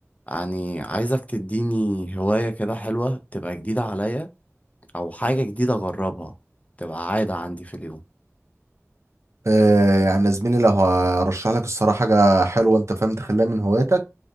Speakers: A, on the left (about 30°); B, on the right (about 65°).
A: يعني عايزك تديني هواية كده حلوة تبقى جديدة عليا او حاجة جديدة اجربها تبقى عادة عندي في اليوم
B: آه يعني يا زميلي لو هرشح لك الصراحة حاجة حلوة انت فاهم تخليها من هواياتك